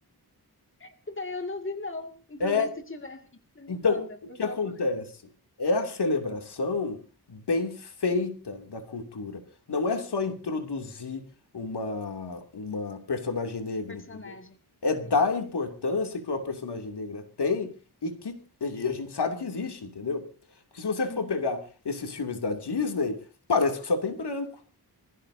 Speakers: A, on the left (about 30°); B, on the left (about 80°).
A: Esse daí eu não vi, não. Inclusive,
B: É,
A: se tu tiver vídeo, tu me
B: Então,
A: manda,
B: o
A: por
B: que
A: favor.
B: acontece? É a celebração bem feita da cultura. Não é só introduzir uma, uma personagem negra,
A: Um personagem.
B: entendeu? É
A: Sim.
B: dar a importância que uma personagem negra tem e que e a gente sabe que existe, entendeu? Porque se você for
A: Uhum.
B: pegar esses filmes da Disney, parece que só tem branco.